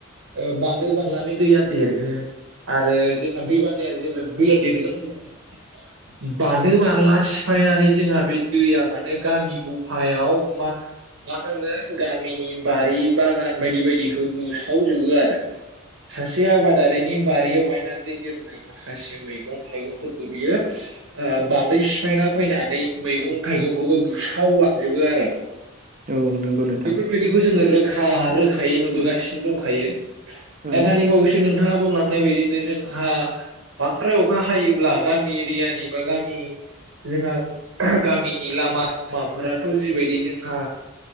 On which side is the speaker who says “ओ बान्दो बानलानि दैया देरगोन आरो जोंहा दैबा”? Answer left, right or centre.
Right